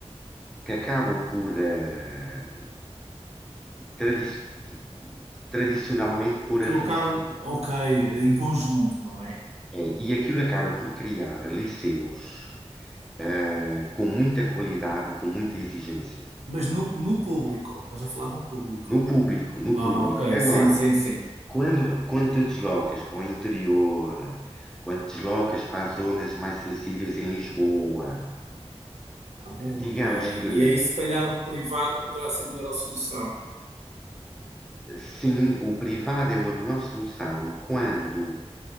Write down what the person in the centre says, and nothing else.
que acabam por, ah, tradi- tradicionalmente, pôr
ali os filhos.
É, e aquilo acaba por criar liceus, ah, com muita qualidade e com muita exigência.
No público, no
público.
Agora,
quando, quando te deslocas para o interior, quando te deslocas para as zonas mais sensíveis em Lisboa,
digamos
que
sim, o privado é uma melhor solução quando,